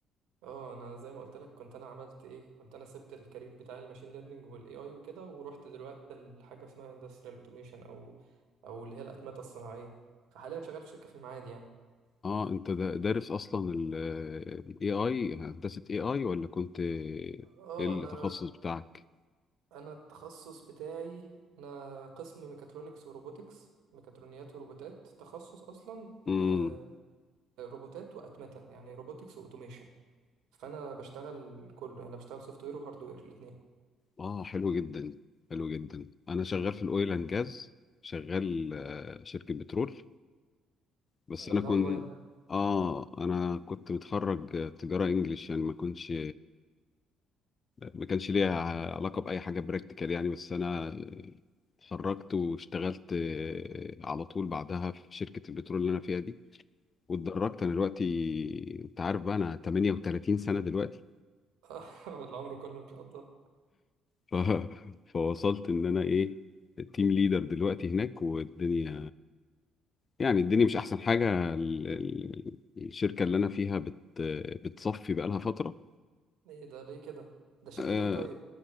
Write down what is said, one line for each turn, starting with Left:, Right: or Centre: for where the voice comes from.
Right: اه انا زي ما قلت لك كنت انا عملت ايه كنت انا سبت الكارير بتاع الماشين ليرنينج والاي اي وكده ورحت دلوقتي لحاجة اسمها اندستريال اوتوميشن او او اللي هي الاتمتة الصناعية فحاليا شغال في شركة في المعادي يعني
Left: اه انت دا- دارس اصلا ال AI هندسة AI ولا كنت ايه
Right: اه
Left: التخصص
Right: انا
Left: بتاعك
Right: انا التخصص بتاعي انا قسم ميكاترونكس وروبوتكس ميكاترونيات وروبوتات تخصص اصلا
Left: امم
Right: آه، روبوتات واتمته يعني روبوتكس واوتوميشن فانا بشتغل كله يعني بشتغل سوفت وير وهارد وير الاثنين
Left: اه حلو جدا حلو جدا انا شغال في الاويل اند جاز شغال آه، شركة بترول بس
Right: لا
Left: انا كنت
Right: والله ده
Left: اه انا كنت متخرج تجارة انجليش يعني ما كنتش ما كانش ليا علاقة بأي حاجة براكتيكال يعني بس انا اتخرجت واشتغلت آه، على طول بعدها في شركة البترول اللي انا فيها دي واتدرجت انا دلوقتي انت عارف بقى انا 38 سنة دلوقتي
Right: <laughs> العمر كله ان شاء الله
Left: ف... <laughs> فوصلت ان انا ايه التيم ليدر دلوقتي هناك والدنيا يعني الدنيا مش احسن حاجة ال- ال- الشركة اللي انا فيها بت... بتصفي بقى لها فترة
Right: ايه ده ليه كده ده شركه
Left: آه،
Right: ايه طيب